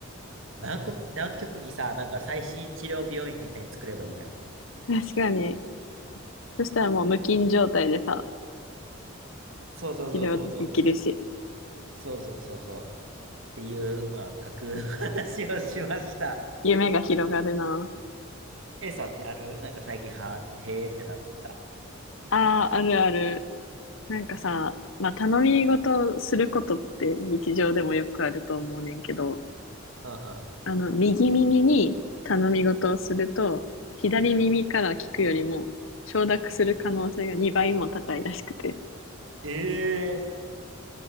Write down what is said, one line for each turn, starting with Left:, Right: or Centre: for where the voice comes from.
Right: 南国、南極にさ、なんか最新治療病院みたいに作ればいいやん。
Left: 確かに。そしたらもう無菌状態でさ、
Right: そうそうそうそうそう。
Left: 治療できるし、
Right: そうそうそうそう。っていう、まあ、架空の話をしました。
Left: 夢が広がるな。
Right: A さんってあるなんか最近、はー、へーってなった。
Left: ああ、あるある。なんかさ、まあ、頼み事することって日常でもよくあると思うねんけど、
Right: うんうん。
Left: あの、右耳に頼み事をすると、左耳から聞くよりも承諾する可能性が2倍も高いらしくて。
Right: ええ